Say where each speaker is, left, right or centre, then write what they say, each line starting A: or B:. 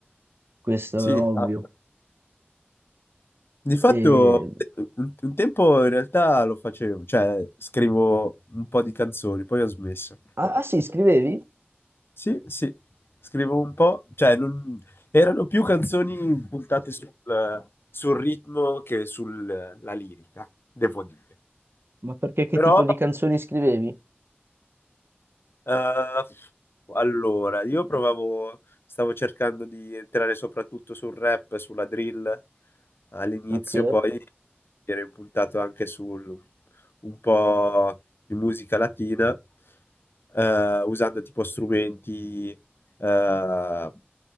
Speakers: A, on the right; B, on the left.
A: questo
B: Sì,
A: è ovvio.
B: ah, di fatto
A: E...
B: un un tempo in realtà lo facevo, cioè scrivo un po' di canzoni, poi ho smesso.
A: Ah, ah sì, scrivevi?
B: Sì, sì, scrivo un po', cioè non- erano più canzoni puntate sul, sul ritmo che sulla lirica, devo dire.
A: Ma perché che
B: Però
A: tipo di canzoni scrivevi?
B: Eh, allora, io provavo, stavo cercando di entrare soprattutto sul rap, sulla drill all'inizio,
A: Ok,
B: poi mi ero impuntato anche sul un po' di musica latina, eh, usando tipo strumenti eh,